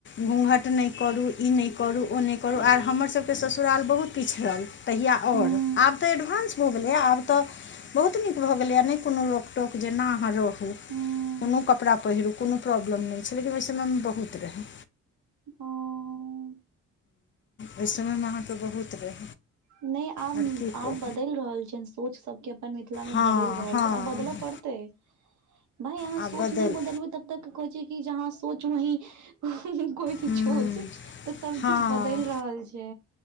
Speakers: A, on the left (about 40°); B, on the right (about 70°).
A: घूँघट नय करू ई नय करू ओ नय करू आर हमरसभके ससुराल बहुत पिछड़ल तहिया ओर
B: हूँ
A: आब तऽ एडवान्स भऽ गेलैए आब तऽ बहुत नीक भऽ गेलैए नय कोनो रोक टोक जेना अहाँ रहू
B: हूँ
A: कोनो कपड़ा पहिरू कोनो प्रॉब्लम नइ छै लेकिन ओहि समयमे बहुत रही
B: <unintelligible>
A: ओइ समय मे अहाँके बहुत रहै
B: नय आब
A: आर की
B: आब
A: कहू
B: बदलि रहल छियनि सोच सभके अपन मिथिलामे
A: हँ
B: बदलि रहल
A: हँ
B: छनि आब बदलय पड़त तय भाय आहां
A: आब
B: सोच
A: बदलि
B: नइ बदलबे त तक कोहइछे कि जहाँ सोच वही इ
A: हम्म,
B: छोच तऽ सब
A: हँ
B: किछ बदल रहल छै